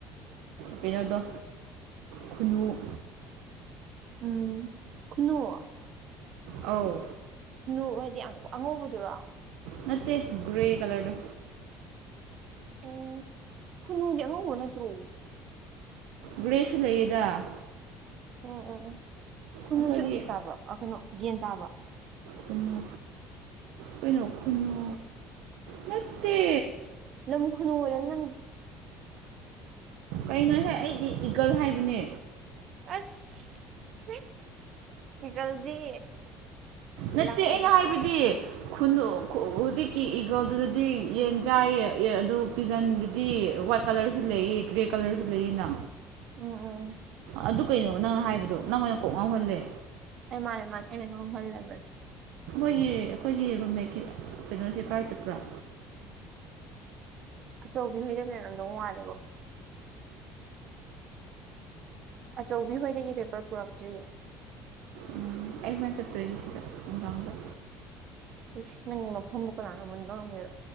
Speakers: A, on the right (about 85°); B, on the right (about 40°).
A: ꯀꯩꯅꯣꯗ ꯈꯨꯟꯅꯨ
B: ꯎꯝ ꯈꯨꯅꯨ
A: ꯑꯧ
B: ꯅꯨ ꯍꯥꯏꯗꯤ ꯑꯉꯧꯕꯗꯨꯔꯣ
A: ꯅꯠꯇꯦ ꯒ꯭ꯔꯦ ꯀꯂꯔꯗꯨ
B: ꯎꯝ ꯈꯨꯅꯨꯗꯤ ꯑꯉꯧꯕ ꯅꯠꯇ꯭ꯔꯣ
A: ꯒ꯭ꯔꯦꯁꯨ ꯂꯩꯌꯦꯗ
B: ꯎꯝ ꯎꯝ ꯎꯝ ꯈꯨꯟꯅꯨꯁꯨ
A: ꯑꯩꯈꯣꯏꯒꯤ
B: ꯎꯆꯦꯛ ꯆꯥꯕ꯭ꯔꯣ ꯀꯩꯅꯣ ꯌꯦꯟ ꯆꯥꯕ꯭ꯔꯥ
A: ꯈꯨꯅꯨ ꯀꯩꯅꯣ ꯈꯨꯅꯨ ꯅꯠꯇꯦ
B: ꯅꯪ ꯈꯨꯅꯨ ꯑꯣꯏꯔ ꯅꯤ
A: ꯀꯩꯅꯣꯍ ꯑꯩꯗꯤ ꯏꯒꯜ ꯍꯥꯏꯕꯅꯦ
B: ꯑꯁ ꯏꯒꯜꯗꯤ
A: ꯅꯠꯇꯦ
B: ꯂꯪꯖꯥ
A: ꯑꯩꯅ ꯍꯥꯏꯕꯗꯤ ꯈꯨꯟ ꯍꯧꯖꯤꯛꯀꯤ ꯏꯒꯜꯗꯨꯗꯤ ꯌꯦꯟ ꯆꯥꯏꯌꯦ ꯑꯗꯨ ꯄꯤꯖꯟꯗꯨꯗꯤ ꯋꯥꯏꯠ ꯀꯂꯔꯁꯨ ꯂꯩꯏ ꯒ꯭ꯔꯦ ꯀꯂꯔꯁꯨ ꯂꯩꯏꯅ
B: ꯎꯝ ꯎꯝ
A: ꯑꯗꯨ ꯀꯩꯅꯣ ꯅꯪꯅ ꯍꯥꯏꯕꯗꯣ ꯅꯪ ꯑꯣꯏꯅ ꯀꯣꯛ ꯉꯧꯍꯜꯂꯦ
B: ꯑꯦ ꯃꯥ ꯑꯦ ꯃꯥꯅꯦꯅꯦ ꯍꯜꯂꯦꯕ
A: ꯑꯩꯈꯣꯏꯒꯤ ꯑꯩꯈꯣꯏꯒꯤ ꯔꯨꯝꯃꯦꯠꯀꯤ ꯀꯩꯅꯣꯁꯦ ꯀꯥꯏ ꯆꯠꯄ꯭ꯔꯥ
B: ꯑꯆꯧꯕꯤꯍꯣꯏꯗ ꯂꯩꯔꯝꯗꯧ ꯃꯥꯜꯂꯦꯕ ꯑꯆꯧꯕꯤ ꯍꯣꯏꯗꯒꯤ ꯄꯦꯄꯔ ꯄꯨꯔꯛꯇ꯭ꯔꯤꯌꯦ
A: ꯎꯝ ꯑꯜꯃ ꯆꯠꯇꯖꯁꯤꯗ ꯑꯣꯗ
B: ꯏꯁꯁ ꯅꯪꯒꯤ ꯃꯐꯝꯕꯨꯀ ꯂꯥꯟꯅ ꯃꯟꯕ ꯉꯪꯕꯤꯔꯣ